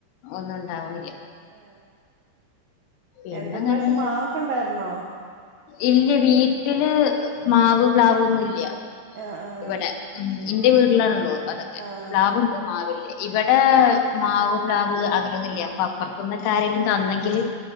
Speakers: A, on the left; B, on the right.
A: ഒന്നും ഉണ്ടാവിണി
B: ആ
A: പിന്നെങ്ങനെ
B: എന്ത് പ്രാശ്യം മാങ്ങക്കുണ്ടായിരുന്നോ?
A: <inaudible>
B: ആഹ് ആഹ്
A: ഇവടെ ഉം ഇന്റെ വീട്ടിലാണല്ലോ അതൊക്കെ
B: ആഹ്
A: പ്ലാവുണ്ട് മാവില്ല. ഇവിടെ മാവ് പ്രാവ് അങ്ങനൊന്നുംല്ല അപ്പൊ അപ്പുറത്ത്ന്ന് ഒക്കെ ആരേലും തന്നെങ്കില്